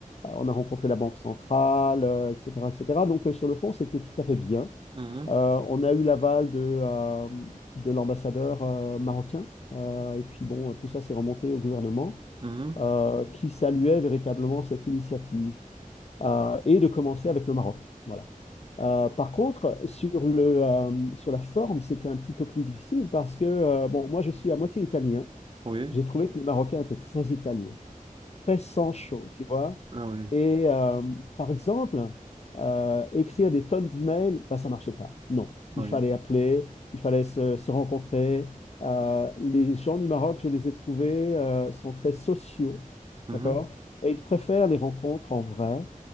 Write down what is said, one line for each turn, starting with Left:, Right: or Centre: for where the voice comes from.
Left: on a rencontré la Banque centrale, euh, etc., etc. Donc, euh, sur le fond, c'était tout à fait bien.
Right: Mhm.
Left: Euh, on a eu l'aval de, euh, de l'ambassadeur euh, marocain. Euh, et puis, bon, tout ça s'est remonté au gouvernement,
Right: Mhm.
Left: euh, qui saluait véritablement cette initiative euh, et de commencer avec le Maroc. Voilà. Euh, par contre, sur, le, euh, sur la forme, c'était un petit peu plus difficile parce que, euh, bon, moi, je suis à moitié italien.
Right: Oui,
Left: J'ai trouvé que les Marocains étaient très italiens, très sans chaud, tu vois.
Right: ah oui,
Left: Et euh, par exemple, euh, écrire des tonnes d'emails, bah, ça marchait pas. Non,
Right: oui.
Left: il fallait appeler, il fallait se, se rencontrer. Euh, les gens du Maroc, je les ai trouvés, euh, sont très sociaux,
Right: Mhm.
Left: d'accord? Et ils préfèrent les rencontres en vrai